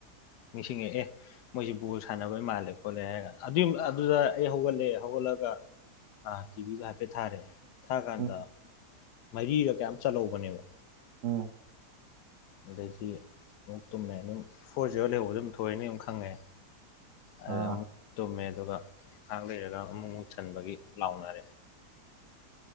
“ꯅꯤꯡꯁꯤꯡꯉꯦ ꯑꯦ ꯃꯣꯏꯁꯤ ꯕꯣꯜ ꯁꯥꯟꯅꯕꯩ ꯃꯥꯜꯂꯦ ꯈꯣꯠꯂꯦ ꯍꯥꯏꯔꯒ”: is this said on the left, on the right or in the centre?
Left